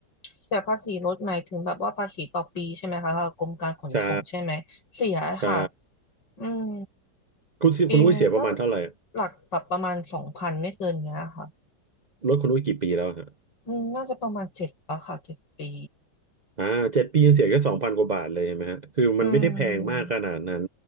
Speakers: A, on the left; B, on the right.
A: เสียภาษีรถหมายถึงแบบว่าภาษีต่อปีใช่ไหมคะทางกรมการขนส่งใช่ไหมเสียค่ะ
B: ใช่ใช่
A: อืม
B: คุณซิคุณอุ้ยเสียประมาณเท่าไหร่อะ
A: ปีหนึ่งก็หลักแบบประมาณสองพันไม่เกินเนี้ยค่ะ
B: รถคุณอุ้ยกี่ปีแล้วอะฮะ
A: อืมน่าจะประมาณเจ็ดป่ะค่ะเจ็ดปี
B: อ่าเจ็ดปียังเสียแค่สองพันกว่าบาทเลยเห็นไหมฮะคือมันไม่ได้แพงมากขนาดนั้น
A: อืม